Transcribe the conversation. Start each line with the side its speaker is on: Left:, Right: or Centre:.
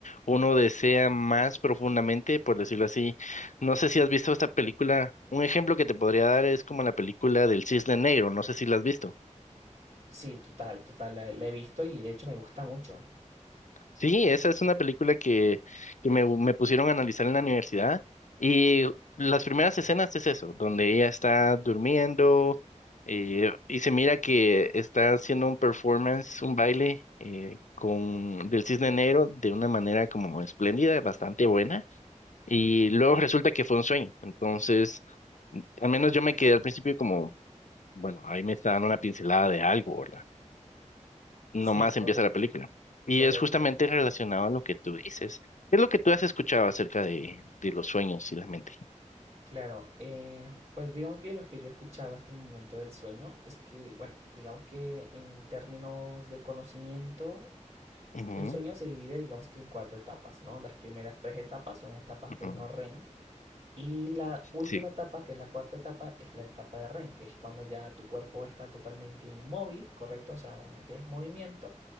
Left: uno desea más profundamente, por decirlo así. No sé si has visto esta película. Un ejemplo que te podría dar es como la película del Cisne Negro, no sé si la has visto.
Right: Sí, total, total, la, la he visto y de hecho me gusta mucho.
Left: Sí, esa es una película que, que me, me pusieron a analizar en la universidad y las primeras escenas es eso, donde ella está durmiendo eh, y se mira que está haciendo un performance, un baile eh, con del Cisne Negro de una manera como espléndida, bastante buena y luego resulta que fue un sueño. Entonces, al menos yo me quedé al principio como, bueno, ahí me está dando una pincelada de algo, ¿verdad? nomás
Right: Sí, correcto,
Left: empieza la película. Y
Right: correcto.
Left: es justamente relacionado a lo que tú dices. ¿Qué es lo que tú has escuchado acerca de, de los sueños y la mente?
Right: Claro, eh, pues digamos que lo que yo he escuchado hasta el momento del sueño es que, bueno, digamos que en términos de conocimiento, es
Left: Ujú,
Right: que el sueño se divide, digamos que en cuatro etapas, ¿no? Las primeras tres etapas son etapas
Left: ujú,
Right: de no REM, Y la
Left: Sí,
Right: última etapa, que es la cuarta etapa, es la etapa de REM, que es cuando ya tu cuerpo está totalmente inmóvil, ¿correcto? O sea, donde no tienes movimiento